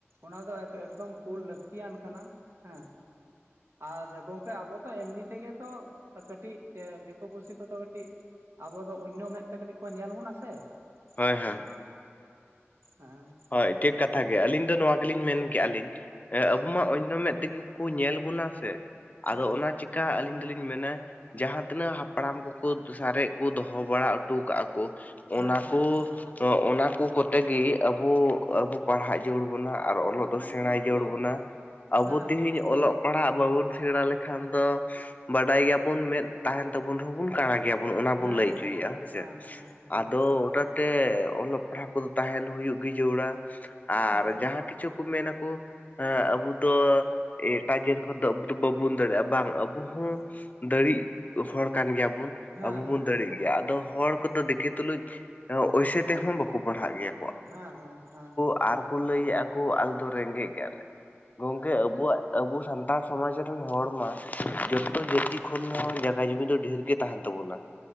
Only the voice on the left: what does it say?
ᱦᱳᱭ
ᱦᱳᱭ
ᱦᱳᱭ ᱴᱷᱤᱠ ᱠᱟᱛᱷᱟ ᱜᱮ ᱟᱹᱞᱤᱧ ᱫᱚ ᱱᱚᱣᱟ ᱜᱮᱞᱤᱧ ᱢᱮᱱ ᱠᱮᱜᱼᱟ ᱞᱤᱧ ᱮ ᱟᱵᱚ ᱢᱟ ᱚᱭᱱᱚ ᱢᱮᱜ ᱛᱮᱜᱮ <inaudible> ᱧᱮᱞ ᱵᱚᱱᱟ ᱥᱮ
ᱟᱫᱚ ᱚᱱᱟ ᱪᱮᱠᱟ ᱟᱹᱞᱤᱧ ᱫᱚᱞᱤᱧ ᱢᱮᱱᱟ ᱡᱟᱦᱟᱸ ᱛᱤᱱᱟᱹᱜ ᱦᱟᱯᱲᱟᱢ ᱠᱚᱠᱚ ᱥᱟᱨᱮᱡ ᱠᱚ ᱫᱚᱦᱚ ᱵᱟᱲᱟ ᱦᱚᱴᱚ ᱟᱠᱟᱜᱼᱟ ᱠᱚ
ᱚᱱᱟ ᱠᱚ ᱚᱱᱟ ᱠᱚ ᱠᱚᱛᱮ ᱜᱮ ᱟᱵᱚ ᱟᱵᱚ ᱯᱟᱲᱦᱟᱜ ᱡᱳᱲᱩᱲ ᱟᱵᱚᱱᱟ ᱟᱨ ᱚᱞᱚᱜ ᱫᱚ ᱥᱮᱬᱟᱭ ᱡᱳᱲᱩᱲ ᱵᱚᱱᱟ ᱟᱵᱚ
ᱛᱤᱦᱤᱧ ᱚᱞᱚᱜ ᱯᱟᱲᱦᱟᱜ ᱵᱟᱵᱚᱱ ᱥᱮᱬᱟ ᱞᱮᱠᱷᱟᱱ ᱫᱚ ᱵᱟᱰᱟᱭ ᱜᱮᱭᱟᱵᱚᱱ ᱢᱮᱸᱫ ᱛᱟᱦᱮᱱ ᱛᱟᱵᱚᱱ ᱨᱮᱦᱚᱸ ᱵᱚᱱ ᱠᱟᱬᱟ ᱜᱮᱭᱟᱵᱚᱼᱼ ᱚᱱ ᱚᱱᱟ ᱵᱚᱱ
ᱞᱟᱹᱭ ᱦᱚᱪᱚᱭᱮᱫᱼᱟ ᱦᱮᱥᱮ
ᱟᱫᱚ ᱛᱮ ᱚᱞᱚᱜ ᱯᱟᱲᱦᱟᱜ ᱠᱚᱫᱚ ᱛᱟᱦᱮᱱ ᱦᱩᱭᱩᱜ ᱜᱮ ᱡᱚᱨᱩᱲᱟ ᱟᱨ
ᱡᱟᱦᱟᱸ ᱠᱤᱪᱷᱩ ᱠᱚ ᱢᱮᱱᱟᱠᱚ ᱮᱸ ᱟᱵᱚ ᱫᱚ ᱮᱴᱟᱜ ᱡᱟᱹᱛ ᱠᱷᱚᱱ ᱫᱚ ᱟᱵᱚ ᱫᱚ ᱵᱟᱵᱚᱱ ᱫᱟᱲᱮᱭᱟᱜᱼᱟ ᱵᱟᱝ ᱟᱵᱚ ᱟᱵᱚ ᱦᱚᱸ
ᱫᱟᱲᱮᱜ ᱦᱚᱲ ᱠᱟᱱ ᱜᱮᱭᱟᱵᱩᱱ
ᱟᱵᱚ
ᱵᱚᱱ ᱫᱟᱲᱮᱜ ᱜᱮᱭᱟ ᱟᱫᱚ ᱦᱚᱲ
ᱠᱚᱫᱚ ᱫᱤᱠᱮ ᱛᱩᱞᱩᱡ ᱚᱳᱭᱥᱮ ᱛᱮᱦᱚᱸ ᱵᱟᱠᱚ ᱯᱟᱲᱦᱟᱜ ᱜᱮᱭᱟ
ᱟᱨᱠᱚ ᱞᱟᱹᱭᱮᱫᱼᱟ ᱠᱚ ᱟᱞᱮ ᱫᱚ ᱨᱮᱸᱜᱮᱡ ᱜᱮᱭᱟᱞᱮ ᱜᱚᱝᱠᱮ ᱟᱵᱚᱣᱟᱜ ᱟᱵᱚ ᱥᱟᱱᱛᱟᱲ ᱥᱚᱢᱟᱡᱽ ᱨᱮᱱ ᱦᱚᱲ ᱢᱟ ᱡᱚᱛᱚ ᱡᱟᱹᱛᱤ ᱠᱷᱚᱱ ᱦᱚᱸ ᱡᱟᱜᱟ ᱡᱚᱢᱤ ᱫᱚ ᱰᱷᱮᱨ ᱜᱮ ᱛᱟᱦᱮᱱ ᱛᱟᱵᱚᱱᱟ